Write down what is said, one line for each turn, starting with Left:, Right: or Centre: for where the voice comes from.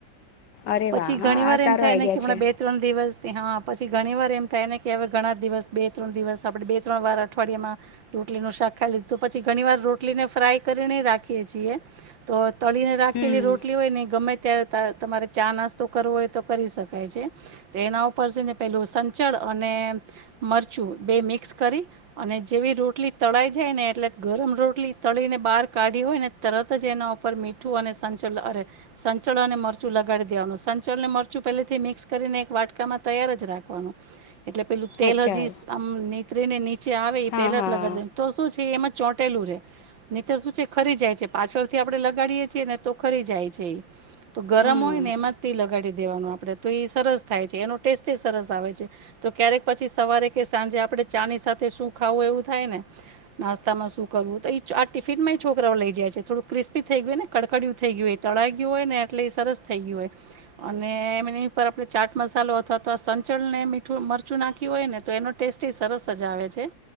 Left: અરે
Right: પછી
Left: વાહ હા
Right: ઘણી વાર
Left: આ સારો
Right: એમ થાય
Left: આઈડિયા
Right: ને કે હમણાં
Left: છે
Right: બે ત્રણ દિવસ હા પછી ઘણી વાર એમ થાય ને કે, હવે ઘણા દિવસ બે ત્રણ દિવસ આપણે બે ત્રણ વાર અઠવાડિયામાં રોટલીનું શાક ખાઈ લીધું તો પછી ઘણી વાર રોટલીને ફ્રાય કરીને રાખીએ છીએ તો તળી ને રાખેલી
Left: હમ
Right: રોટલી હોય ને ગમે અ્યારે તમારે ચા નાસ્તો કરવો હોય તો કરી શકાય છે, એના ઉપર ઉપર જને પેલું સંચળ અને મરચું બે મિક્સ કરી અને જેવી રોટલી તળાઈ જાય ને એટલે, ગરમ રોટલી તળીને બહાર કાઢી હોય ને તરત જ એના ઉપર મીઠું અને સંચડ અરે સંચળ અને મરચું લગાડી દેવાનું સંચળ અને મરચું પહેલેથી મિક્સ કરીને એક વાટ માં તૈયાર જ રાખવાનું. એટલે પેલું તેલ
Left: અચ્છા
Right: હજી આમ તે ને. જે આવે એ
Left: હા
Right: પેલા
Left: હા
Right: જ લગાડી દે તો શું છે એમાં ચોંટેલું રે નીંતર શું છે ખરી જાય છે, પાછળથી આપડે લગાડીયે છીએ ને તો ખરી જાય છે એ. તો ગરમ
Left: હમ
Right: હોય ને એમાં જ લગાડી દેવાનું આપ આપણે તો સરસ. થાય છે એનો ટેસ્ટ સરસ આવે છે તો ક્યારેક પછી સવારે કે સાંજે આપણે ચાની સાથે શું ખાવું એવું થાય ને નાસ્તામાં શું કરવું તો, એ આ ટિફિનમાં છોકરાઓ લઈ જાય છે થોડું ક્રિસ્પી થઈ ગય હોય ને કડકડીયુ થઈ ગયું હો એ તળાઈ ગયું હોય ને એટલે એ સરસ થઈ ગયું હોય, અને એમની ઉપ આપણે ચાટ મસાલો અથવા તો સંચલને મીઠું મરચું નાખ્યું હોય ને તો એનો ટેસ્ટ સરસ જ આવે છે,